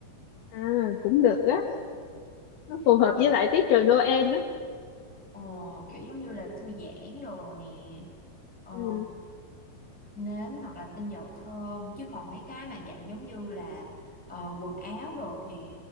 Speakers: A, on the left (about 75°); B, in the centre.
A: à cũng được á nó phù hợp
B: Dạ,
A: với lại tiết trời Noel á
B: ờ, kiểu giống như là thư giãn đồ nè. Ờ,
A: ừ,
B: nến hoặc là tinh dầu thơm chứ còn mấy cái mà dạng giống như là ờ, quần áo đồ thì